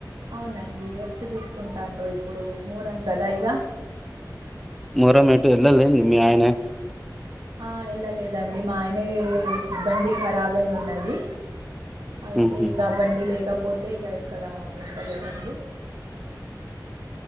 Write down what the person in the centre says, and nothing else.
మొరము ఎటు వెళ్లలే ఆయనే
ఉహు